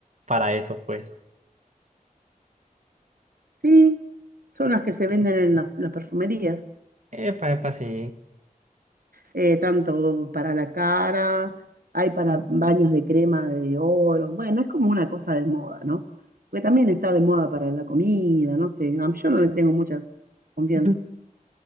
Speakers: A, on the right (about 55°); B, on the right (about 80°).
A: para eso, pues.
B: Sí, son las que se venden en la- las perfumerías.
A: Epa, epa, sí.
B: eh, tanto para la cara, hay para baños de crema de oro, bueno, es como una cosa de moda, ¿no? Porque también está de moda para la comida, no sé, a mí- yo no le tengo muchas confianza.
A: <laughs>